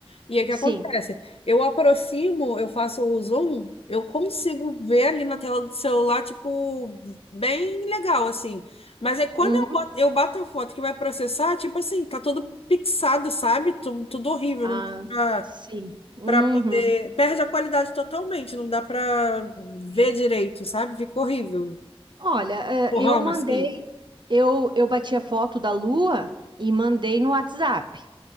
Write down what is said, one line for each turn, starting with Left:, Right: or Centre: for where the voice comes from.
Left: E aí o que
Right: Sim.
Left: acontece? Eu aproximo, eu faço o zoom, eu consigo ver ali na tela do celular, tipo, bem legal, assim. Mas aí quando
Right: Uhum.
Left: eu boto, eu bato a foto que vai processar, tipo assim, tá tudo pixado, sabe? Tudo, tudo horrível,
Right: Ah,
Left: não dá
Right: sim. Uhum.
Left: para poder. Perde a qualidade totalmente, não dá para ver
Right: Sim.
Left: direito, sabe? Fica horrível.
Right: Olha,
Left: Borrão,
Right: eh, eu mandei,
Left: assim.
Right: eu, eu bati a foto da lua e mandei no WhatsApp.